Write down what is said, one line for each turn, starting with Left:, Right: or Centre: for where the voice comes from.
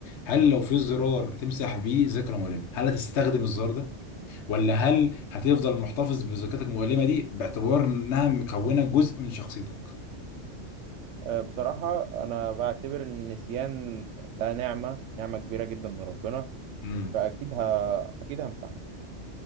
Left: هل لو
Right: مم.
Left: في زرار تمسح بيه ذكرى مؤلمة هل هتستخدم الزرار ده ولا هل هتفضل محتفظ بذكرتك المؤلمة دي باعتبار انها مكونة جزء من شخصيتك
Right: أه بصراحة أنا بعتبر إن النسيان ده نعمة نعمة كبيرة جدا من ربنا
Left: امم
Right: فأكيد ه... أكيد همسحها